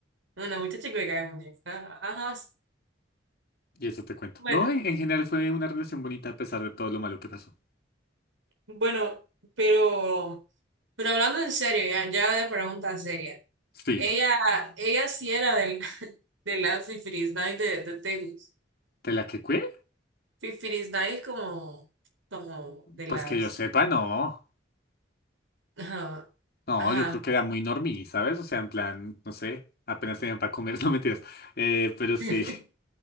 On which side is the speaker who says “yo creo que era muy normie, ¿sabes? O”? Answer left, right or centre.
Left